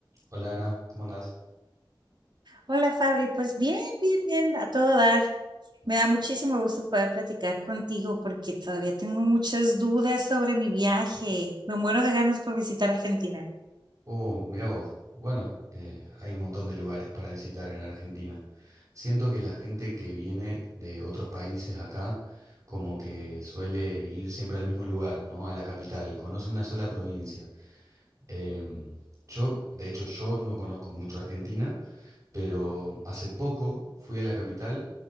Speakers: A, on the right; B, on the right.
A: Hola Ana, ¿cómo andás?
B: Hola Fabri, pues bien, bien, bien, a todo dar. Me da muchísimo gusto poder platicar contigo porque todavía tengo muchas dudas sobre mi viaje. Me muero de ganas por visitar Argentina.
A: Oh, mira vos. Bueno, eh, hay un montón de lugares para visitar en Argentina. Siento que la gente que viene de otros países acá, como que suele ir siempre al mismo lugar, ¿no? A la capital, conoce una sola provincia. Em, yo, de hecho, yo no conozco mucho Argentina, pero hace poco fui a la capital